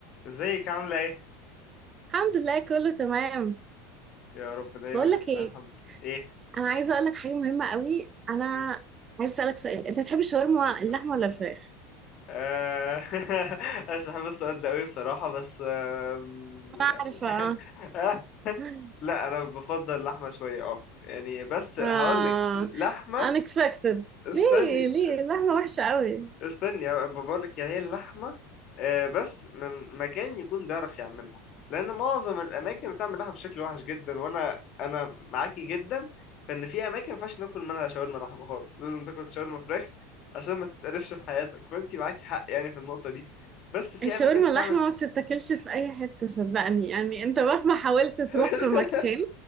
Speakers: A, on the left (about 40°); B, on the right (about 30°).
A: ازيك عاملة ايه؟
B: الحمد لله كله تمام
A: يا رب دايما
B: بقول
A: نستاهل
B: لك ايه
A: الحمد ايه؟
B: انا عايزه اقول لك حاجه مهمه قوي انا
A: مم،
B: عايزه اسالك سؤال انت بتحب الشاورما
A: اتفضل
B: اللحمه ولا الفراخ
A: آه، <laughs> انا مش بحب السؤال ده قوي بصراحة بس آم،
B: انا
A: يعني
B: عارفه
A: <laughs>
B: اه
A: آه،
B: <laughs>
A: لا انا بفضل اللحمة شوية اه يعني بس هقول
B: آه،
A: لك لحمة
B: unexpected
A: استني
B: ليه ليه اللحمه وحشه قوي
A: استني بقول لك يا هي اللحمه آه، بس من مكان يكون بيعرف يعملها لان معظم الاماكن بتعمل لحمه بشكل وحش جدا وانا انا معاكي جدا فان في اماكن ما ينفعش ناكل منها شاورما لحمه خالص لازم تاكل شاورما فراخ عشان ما تتقرفش في حياتك فانت معاكي حق يعني في النقطه دي بس في
B: الشاورما
A: اماكن بتعمل
B: اللحمه ما بتتاكلش في اي حته صدقني يعني انت مهما حاولت تروح
A: <laughs>
B: في مكان